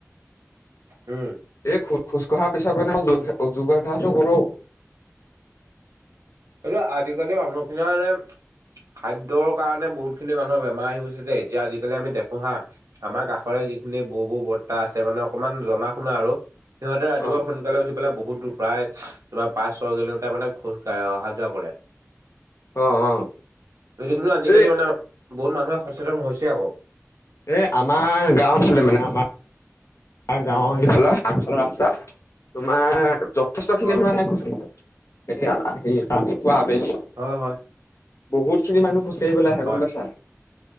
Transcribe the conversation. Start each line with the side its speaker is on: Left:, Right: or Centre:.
Right: <unintelligible>
Left: এই খো খোজকঢ়াৰ পিছত মান যোগ যোগাভ্যাসটো কৰো
Right: কি আজিকালি অনুশীলনে খাদ্যৰ কাৰণে বহুত খিনি মানুহ বোৰ আহ গৈছে যে এতিয়া আজিকালি আমি দেখা হু হা আমাৰ কাষৰে যিখিনি বৌ বৌ বৰ্তা আছে মানে অকমান জনা শুনা আৰু সিহঁতে ৰাতিপুৱা
Left: অ
Right: সোনকালে উঠি পাই বহুত দূৰ প্ৰায় তিবাৰ পাঁচ ছয় কিলোমিটাৰ মানে খোজাঢ় অহা কৰে
Left: অ অ
Right: যটো কিন্তু আজিকালি
Left: এই
Right: মানে বহুত মানুহে সচেতন হৈছে আকৌ।
Left: এ আমাৰ গাওঁ অ ফালে মানে আমাৰাৰ গাওঁৰ
Right: উম
Left: এইফালৰ আগফালৰ ৰাস্তাত তোমাৰ যথেষ্ট খিনি
Right: অ
Left: নহয় আহে খোচ ে ৰাতিপুৱা আবেলি
Right: হয় হয়।
Left: বহুত খিনি মানুহ খজ কৰিবলৈ আহে
Right: হয়
Left: গম পাইছা